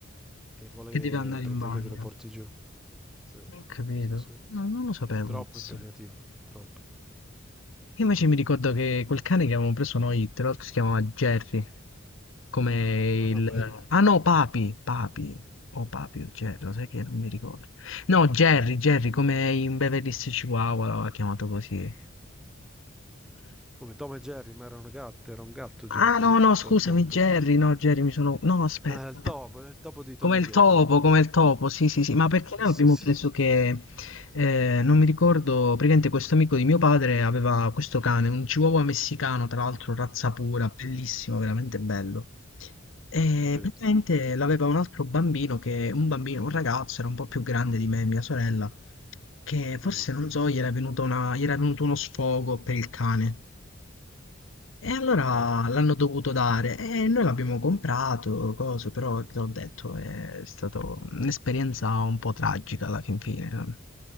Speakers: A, in the centre; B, on the left.
A: e vuole,
B: Che deve andare
A: pretende
B: in bagno.
A: che lo porti giù. Sì,
B: Ho capito.
A: sì, sì.
B: No, non lo sapevo
A: Troppo
B: questo.
A: impegnativo, troppo.
B: Io invece mi ricordo che quel cane che avevamo preso noi, tra l'altro si chiamava Jerry, come
A: <laughs> Ah,
B: il...
A: bello.
B: Ah no, Papi, Papi, o Papi o Jerry, lo sai che non mi ricordo. No, Jerry, Jerry, come in Beverly Hills Chihuahua l'aveva chiamato così.
A: Come Tom e Jerry, ma era una gatta, era un gatto Jerry,
B: Ah no, no, scusami,
A: o il topo.
B: Jerry, no, Jerry, mi sono... No, aspetta.
A: No, era il topo, era il topo di Tom
B: Come
A: e
B: il
A: Jerry.
B: topo, come
A: Sì,
B: il topo, sì, sì, sì, ma perché noi
A: sì,
B: abbiamo
A: sì.
B: preso che, eh, non mi ricordo, praticamente questo amico di mio padre aveva questo cane, un chihuahua messicano, tra l'altro razza pura, bellissimo, veramente bello. E
A: Sì.
B: praticamente l'aveva un altro bambino che, un bambino, un ragazzo, era un po' più grande di me, mia sorella, che forse,
A: Mhm.
B: non so, gli era venuto una- gli era venuto uno sfogo per il cane. E allora
A: Ah,
B: l'hanno dovuto dare e noi l'abbiamo comprato, coso, però te l'ho detto, è stata un'esperienza un po' tragica alla fin fine. no?